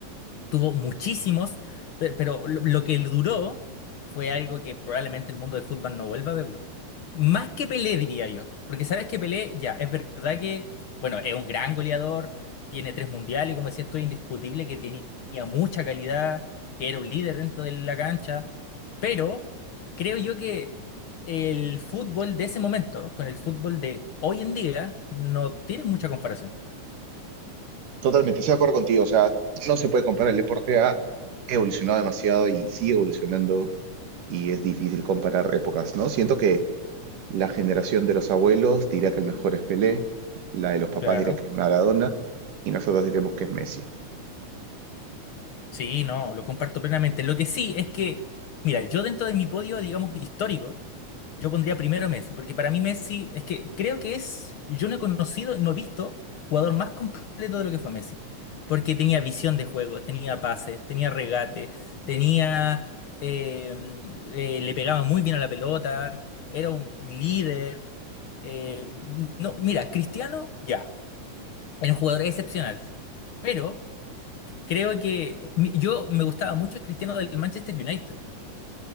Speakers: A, on the left; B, on the right.
A: tuvo muchísimos, pe- pero lo lo que duró fue algo que probablemente el mundo del fútbol no vuelva a verlo. Más que Pelé, diría yo. Porque sabes que Pelé, ya, es verdad que, bueno, es un gran goleador, tiene tres mundiales, y como decía, esto es indiscutible que tenía mucha calidad, que era un líder dentro de la cancha, pero creo yo que el fútbol de ese momento con el fútbol de hoy en día no tiene mucha comparación.
B: totalmente, estoy de acuerdo contigo. O sea, no se puede comparar. El deporte ha evolucionado demasiado y sigue evolucionando y es difícil comparar épocas, ¿no? Siento que la generación de los abuelos dirá que el mejor es Pelé, la de los papás
A: Claro.
B: dirá que es Maradona y nosotros diremos que es Messi.
A: Sí, no, lo comparto plenamente. Lo que sí es que, mira, yo dentro de mi podio, digamos, histórico, yo pondría primero Messi, porque para mí Messi es que creo que es, yo no he conocido, no he visto jugador más completo de lo que fue Messi, porque tenía visión de juego, tenía pases, tenía regate, tenía, eh, eh, le pegaba muy bien a la pelota, era un líder. eh, no, mira, Cristiano, ya, era un jugador excepcional, pero... Creo que mi- yo me gustaba mucho el Cristiano del Manchester United.